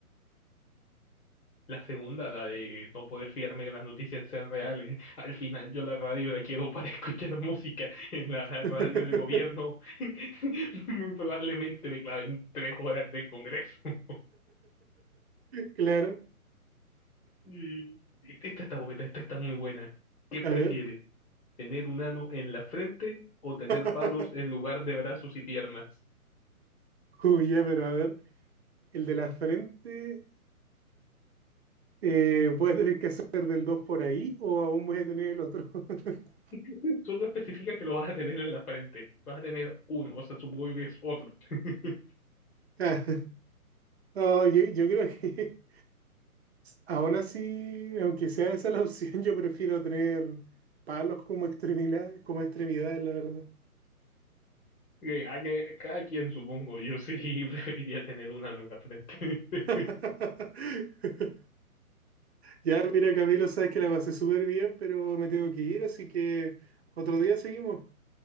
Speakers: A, on the left; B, on the right.
A: La segunda, la de no poder fiarme que las noticias sean reales. Al final yo la radio la quiero para <laughs> escuchar música. En la
B: <laughs>
A: radio del gobierno <laughs> probablemente me claven tres horas del Congreso. <laughs>
B: Claro,
A: Y Esta está buena, esta está muy buena. ¿Qué
B: a
A: prefieres?
B: ver.
A: ¿Tener un ano en la frente o tener
B: <laughs>
A: palos en lugar de brazos y piernas?
B: Uy, ya, pero a ver, el de la frente, eh, ¿voy a tener que hacer del 2 por ahí o aún voy a tener el otro? <laughs>
A: <laughs> Solo especifica que lo vas a tener en la frente. Vas a tener uno, o sea, supongo yo que es otro. <laughs>
B: Ah, no, yo, yo creo que Aún así, aunque sea esa la opción, <laughs> yo prefiero tener palos como extremidad, como extremidades, la verdad.
A: Que a- que- Cada quien, supongo. Yo sí <laughs> preferiría tener un ano en la frente. <laughs>
B: <laughs> Ya, mira, Camilo, sabes que la pasé súper bien, pero me tengo que ir, así que otro día seguimos.